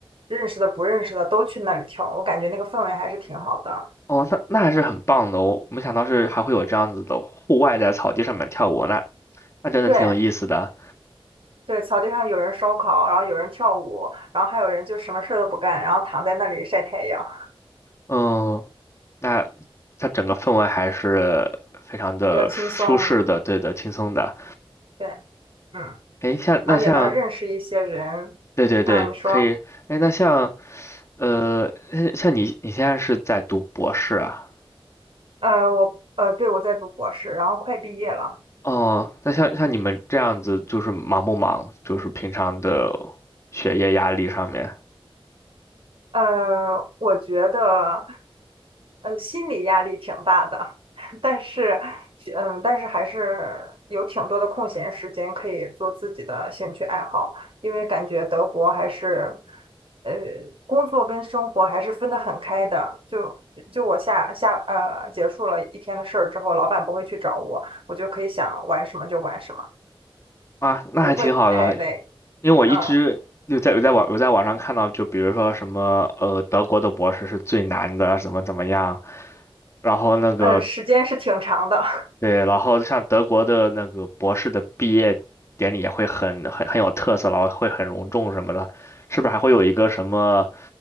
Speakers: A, on the right; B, on the left.
A: 认识的不认识的都去那里跳，我感觉那个氛围还是挺好的。
B: 哦，那那还是很棒的哦，没想到是还会有这样子的户外在草地上面跳舞，那那真的挺有意思的。
A: 对，对，草地上有人烧烤，然后有人跳舞，然后还有人就什么事儿都不干，然后躺在那里晒太阳，
B: 嗯，那它整个氛围还是非常的舒适的，
A: 比较轻松。
B: 对的，轻松的。
A: 对，嗯，
B: 诶，像那像，
A: 然后也能认识一些人。
B: 对对对，
A: 嗯，你说，
B: 可以。诶，那像呃，像像你你现在是在读博士啊？
A: 呃，我，呃，对，我在读博士，然后快毕业了。
B: 哦，那像像你们这样子，就是忙不忙？就是平常的学业压力上面
A: 呃，我觉得，呃，心理压力挺大的，<laughs> 但是，嗯，但是还是有挺多的空闲时间可以做自己的兴趣爱好，因为感觉德国还是，呃，工作跟生活还是分得很开的。就就我下下呃结束了一天的事儿之后，老板不会去找我，我就可以想玩什么就玩什么，
B: 啊，那还挺好的。
A: 不会太累。
B: 因为我一直有在有在网有在网上看到，
A: 嗯
B: 就比如说什么呃，德国的博士是最难的，怎么怎么样。然后那个
A: 嗯，时间是挺长的。
B: 对，然后像德国的那个博士的毕业典礼也会很很很有特色，然后会很隆重什么的，是不是还会有一个什么